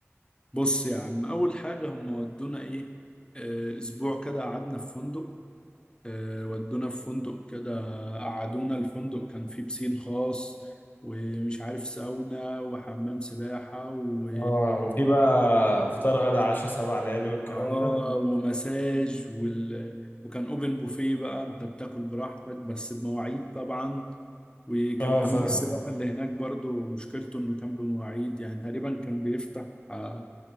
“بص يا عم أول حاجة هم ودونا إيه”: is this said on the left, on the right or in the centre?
Left